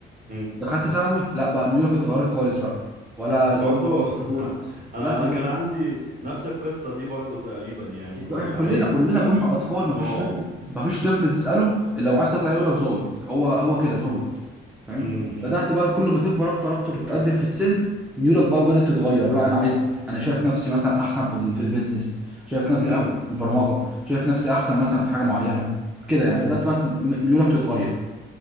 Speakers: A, on the right (about 40°); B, in the centre.
A: امم
B: دخلت ثانوي لا بقى ميولك اتغيرت خالص بقى ولا
A: برضو
B: ضابط ولا دكتور
A: <laughs> انا
B: بدأت
A: انا كان عندي نفس القصه دي برضو تقريبا يعني كنت
B: احنا كلنا
A: عايز
B: كلنا كنا اطفال مفيش
A: اه
B: طفل مفيش طفل تساله الا لو عايز تطلع يقول لك ظابط هو هو كده ظابط فاهم
A: امم
B: بدات بقى كل ما تكبر اكتر اكتر تتقدم في السن ميولك بقى بدات تتغير لا انا عايز انا شايف نفسي مثلا احسن في ال- في البيزنس شايف نفسي
A: امم
B: احسن في البرمجه شايف نفسي احسن مثلا في حاجه معينه كده يعني بدات بقى م- ميولك تتغير